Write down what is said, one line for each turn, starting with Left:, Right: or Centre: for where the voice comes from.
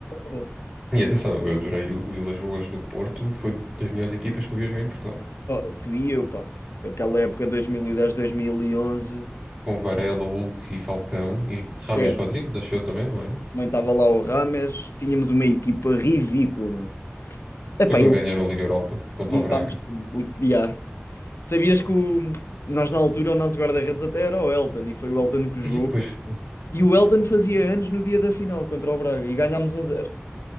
Left: É verdade.
Right: e
Left: Com-
Right: atenção, eu adorei o, o Vilas Boas no Porto, foi das melhores equipas que eu vi jogar em Portugal.
Left: oh, tu e eu, pá. Aquela época 2010, 2011,
Right: com Varela, Hulk e Falcão e Rames
Left: é,
Right: Rodrigues, acho eu também, não era?
Left: também estava lá o Rames, tínhamos uma equipa ridícula, meu. Epá,
Right: Foi quando ganharam a Liga Europa contra
Left: Limpámos
Right: o Braga.
Left: tudo. Yeah. Sabias que o- nós na altura o nosso guarda-redes até era o Elton e foi o Elton que jogou.
Right: E depois foi.
Left: E o Elton fazia anos no dia da final contra o Braga e ganhámos um zero.